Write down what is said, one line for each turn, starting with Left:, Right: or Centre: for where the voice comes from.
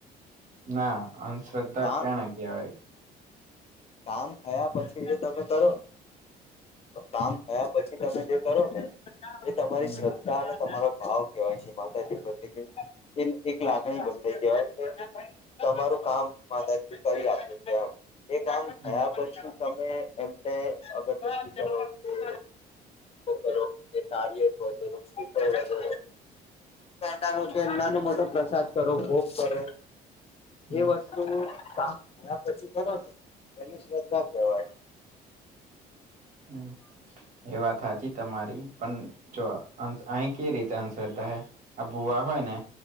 Right: ના અનશ્ર્ધા
Left: કા
Right: ક્યાને કેવાય
Left: કામ થયા પ પછી જે તમે કરોને કામ થયા પછી તમે જે કરો ને એ તમારી
Right: હમ
Left: શ્રદ્ધા અને તમારો ભાવ કેવાય છે માતાજી પ્રત્યેકે એન એક લાગણી બાતાઈ કેવાય કે તમારું કામ માતાજી કરી આપે છે એમ એ કામ થયા
Right: હમ
Left: પછી તમે એમને અગરબત્તી કરો કે કરો તાળિયેર હોય તો તમે સ્ટીકર વધારો પેંડાનું છે એમ નાનું મોટો પ્રસાદ કરો ભોગ કરો.
Right: હમ
Left: એ વસ્તુનું કામ થયા પછી કરો ને એને શ્રદ્ધા કેવાય.
Right: હું એ વાત હાચી તમારી પન જો અંત અહી કે રીતે અંધશ્રદ્ધા હૈ આ ભુવા હોય ને